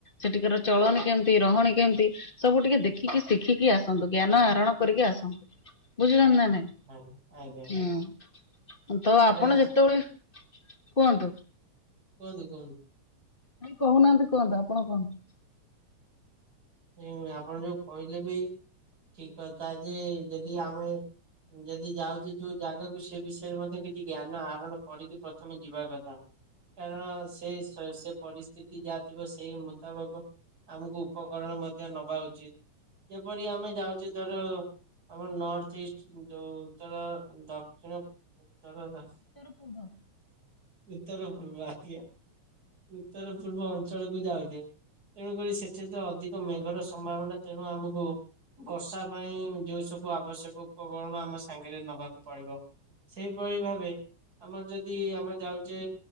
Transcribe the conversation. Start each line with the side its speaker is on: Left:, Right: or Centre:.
Left: ସେଠିକାର ଚଳନି କେମିତି? ରହଣି କେମିତି? ସବୁ ଟିକେ ଦେଖିକି ଶିଖିକି ଆସନ୍ତୁ। ଜ୍ଞାନ ଆହରଣ କରିକି ଆସନ୍ତୁ। ବୁଝୁଛନ୍ ନାଇଁ?
Right: ଆଜ୍ଞା, ଆଜ୍ଞା!
Left: ହୁଁ, ତ ଆପଣ
Right: ଆରେ
Left: ଯେତେବେଳେ, କୁହନ୍ତୁ।
Right: କୁହନ୍ତୁ, କୁହନ୍ତୁ।
Left: ନାଇଁ, କହୁନାହାଁନ୍ତି! କୁହନ୍ତୁ, ଆପଣ କୁହନ୍ତୁ।
Right: ନାଇଁ, ଆପଣ ଯୋଉ କହିଲେ ବି ଠିକ୍ କଥା ଯେ, ଯଦି ଆମେ ଯଦି ଯାଉଛି, ଯୋଉ ଜାଗାକୁ, ସେ ବିଷୟରେ ମଧ୍ୟ କିଛି ଜ୍ଞାନ ଆହରଣ କରିକି ପ୍ରଥମେ ଯିବା କଥା। କାରଣ, ସେ ସେ ପରିସ୍ଥିତି ଯାହାଥିବ, ସେଇ ମୁତାବକ ଆମକୁ ଉପ କରଣ ମଧ୍ୟ ନବା ଉଚିତ୍। ଯେପରି ଆମେ ଯାଉଛେ ଧର, ଆମର ନର୍ଥ ଇଷ୍ଟ ଯୋଉ, ତର ଦକ୍ଷିଣ ଉତ୍ତର ଧା
Left: ସେଆରୁ ପୁହ।
Right: ଉତ୍ତର ପୂର୍ବ, ଆତ୍ୟା, ଉତ୍ତର ପୂର୍ବ ଅଞ୍ଚଳକୁ ଯାଉଛେ। ତେଣୁକରି ସେଠିତ ଅଧିକ ମେଘର ସମ୍ଭାବନା! ତେଣୁ ଆମକୁ ବର୍ଷା ପାଇଁ, ଯୋଉ ସବୁ ଆବଶ୍ୟକ ଉପକରଣ ଆମ ସାଙ୍ଗରେ ନବାକୁ ପଡିବ। ସେଇଭଳି ଭାବେ ଆମର ଯଦି ଆମେ ଯାଉଚେ